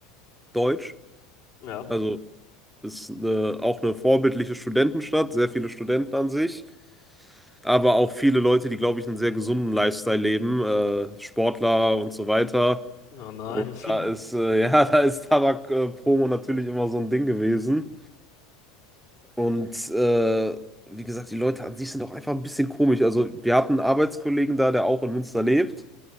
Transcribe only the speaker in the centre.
deutsch.
Also ist eine, auch eine vorbildliche Studentenstadt, sehr viele Studenten an sich. Aber auch viele Leute, die, glaube ich, einen sehr gesunden Lifestyle leben, äh, Sportler und so weiter.
Und da ist, äh, ja, <laughs> da ist Tabak-Promo natürlich immer so ein Ding gewesen. Und äh, wie gesagt, die Leute an sich sind auch einfach ein bisschen komisch. Also, wir hatten einen Arbeitskollegen da, der auch in Münster lebt.